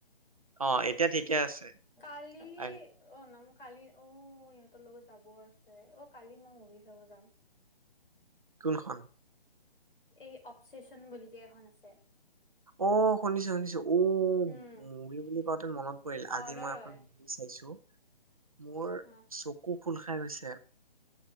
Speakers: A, on the right (about 35°); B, on the left (about 60°).
A: অ এতিয়া ঠিকে আছে
B: খালি
A: আই
B: অ নম কালি অ ইহঁতৰ লগত যাবও আছে অ কালি মই মুভি চাব যাম।
A: কোনখন?
B: এই অপচেচন বিকে এখন আছে।
A: অ শুনিছো শুনিছো উ
B: উম
A: মুগী বুলি কওঁতে মনত পৰিল
B: হৰৰ
A: আজি মই এখন
B: হয়
A: মুগী চাইছো মোৰ
B: অ
A: চকু ফুল খাই গৈছে।